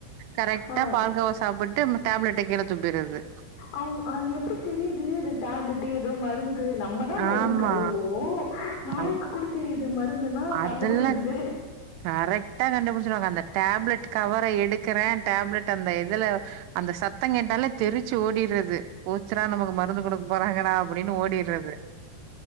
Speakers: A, on the right; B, on the left.
A: கரெக்டா
B: ஆ
A: பால் கோவா சாப்ட்டு டேப்லெட்ட கீழ துப்பிர்றது
B: அவுக அது எப்டி தெரியிது அது டேப்லெட்டு எதோ மருந்து நம்பதா மருந்து
A: ஆமா
B: கழுவோ நாய்க்கு
A: அய்
B: கூட தெரியிது மருந்துன்னா சாப்பட
A: அதெல்லா
B: கூடாதது
A: கரெக்டா கண்டுபுடிச்சிருவாங்க அந்த டேப்லெட் கவர எடுக்கறே டேப்லெட் அந்த இதுல அந்த சத்தோ கேட்டாலே தெரிச்சி ஓடிறது போச்சுரா நமக்கு மருந்து குடுக் போறாங்கடா அப்டின்னு ஓடிறது